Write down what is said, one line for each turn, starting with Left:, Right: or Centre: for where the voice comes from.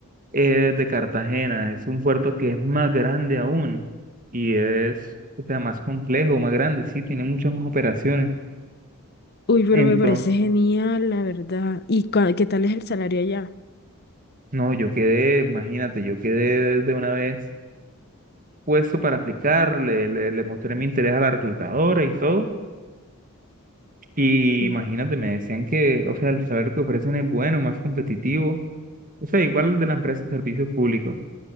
Right: Es de Cartagena, es un puerto que es más grande aún y es, o sea, más complejo, más grande, sí, tiene muchas más operaciones.
Left: Uy, pero
Right: Entonces,
Left: me parece genial, la verdad. ¿Y cua- qué tal es el salario allá?
Right: no, yo quedé, imagínate, yo quedé de una vez puesto para aplicar, le, le, le mostré mi interés a la reclutadora y todo. Y
Left: Sí.
Right: imagínate, me decían que, o sea, el saber que ofrecen es bueno, más competitivo, o sea, igual de la empresa de servicios públicos.